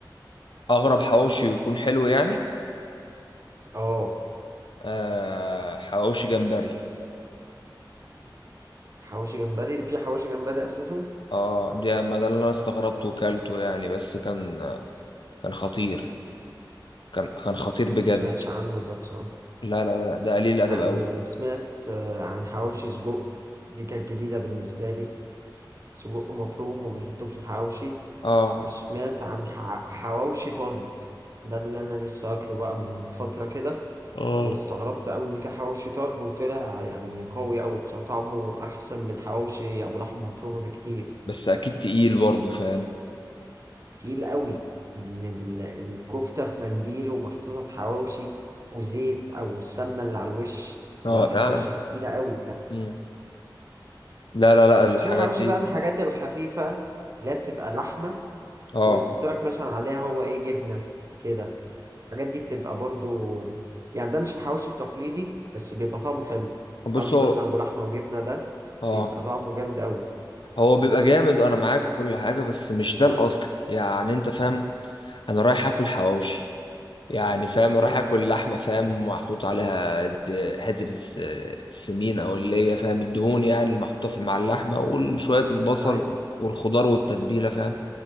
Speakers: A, on the left (about 75°); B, on the right (about 40°).
A: اغرب حواوشي يكون حلو يعني
B: اه
A: آه، حواوشي جمبري
B: حواوشي جمبري في حواوشي جمبري اساسا ما
A: اه ده ما ده اللي انا استغربته وكلته يعني بس كان آه، كان خطير كان كان خطير بجد
B: سمعتش عنه ده بصراحه
A: لا لا لا ده قليل الادب
B: يعني
A: قوي
B: سمعت آه، عن حواوشي سجق دي كانت جديدة بالنسبة لي سجق مفروم وبيحطوه في الحواوشي
A: اه
B: وسمعت عن ح- حواوشي طرب ده اللي أنا لسه أكله بقى من فترة كده
A: اه
B: واستغربت أوي إن في حواوشي طرب وطلع يعني قوي أوي بصراحة طعمه أحسن من حواوشي أبو لحمة مفرومة بكتير
A: بس اكيد تقيل برضه فاهم
B: تقيل أوي إن ال- الكفتة في منديل ومحطوطة في حواوشي وزيت أو السمنة اللي على الوش
A: اه
B: اللي على الحواوشي
A: لا
B: فتقيلة أوي
A: مم. لا لا لا
B: بس
A: الحاجات
B: في الحواوشي
A: دي
B: بقى الحاجات الخفيفة اللي هي بتبقى لحمة
A: اه
B: ويحط لك مثلا عليها هو ايه جبنة كده الحاجات دي بتبقى برضو يعني ده مش الحواوشي التقليدي بس بيبقى طعمه حلو
A: بص
B: حواوشي
A: هو
B: مثلا ابو لحمة وجبنة ده
A: اه
B: بيبقى طعمه جامد قوي
A: هو بيبقى جامد وانا معاك وكل حاجه بس مش ده الاصل يعني انت فاهم انا رايح اكل حواوشي يعني فاهم رايح
B: امم
A: اكل لحمه فاهم محطوط عليها د- حته الس- السمين او اللي هي فاهم الدهون يعني المحطوطه في مع اللحمه وشويه البصل
B: ايوه
A: وال- والخضار والتتبيله فاهم